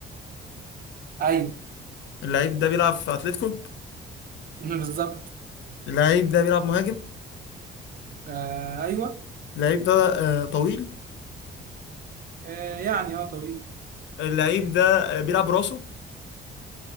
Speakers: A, on the right; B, on the left.
A: ايوه
B: اللعيب ده بيلعب في اتلتيكو
A: <laughs> بالظبط
B: اللعيب ده بيلعب مهاجم
A: آه ايوه
B: اللعيب ده آه، طويل
A: آه يعني اه طويل
B: اللعيب ده بيلعب راسه